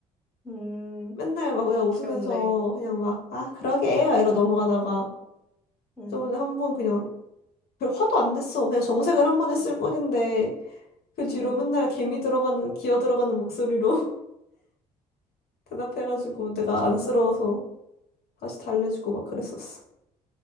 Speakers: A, in the centre; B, on the left.
A: 음,
B: 맨날 막 그냥 웃으면서
A: 귀엽네.
B: 그냥 막, 아, 그러게. 막 이러고 넘어가다가
A: 음,
B: 저번에 한 번 그냥 별 화도 안 냈어. 그냥 정색을 한 번 했을 뿐인데 그 뒤로
A: 음,
B: 맨날 개미 들어가는, 기어 들어가는 목소리로 <laughs> 대답해가지고 내가
A: 맞아.
B: 안쓰러워서 다시 달래주고 막 그랬었어.